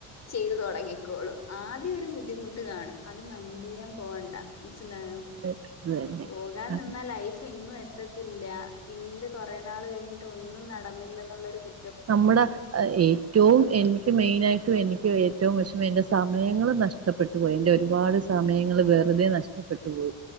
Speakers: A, on the left (about 40°); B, on the right (about 35°).
A: ചെയ്തൊടങ്ങിക്കോളും ആദ്യം ഒരു ബുദ്ധിമുട്ട് കാണും അത് മൈന്റെയ്യാൻ പോവണ്ട മനസ്സിലായോ
B: അത് അത് തന്നെ
A: പോകാൻ നിന്നാ ലൈഫ് എങ്ങും എത്ത ത്തില്ല പിന്നീട് കുറേ നാൾ കഴിഞ്ഞിട്ട് ഒന്നും നടന്നില്ലന്നുള്ളൊരു കു
B: നമ്മുടെ ഏറ്റവും എ മെയിനായിട്ടും എനിക്ക് ഏറ്റവും വെശമ്മം എൻ്റെ സമയങ്ങൾ നഷ്ടപ്പെട്ടു പോയി എന്റെ ഒരുപാട് സമയങ്ങൾ വെറുതെ നഷ്ട ഷ്ടപ്പെട്ടു പോയി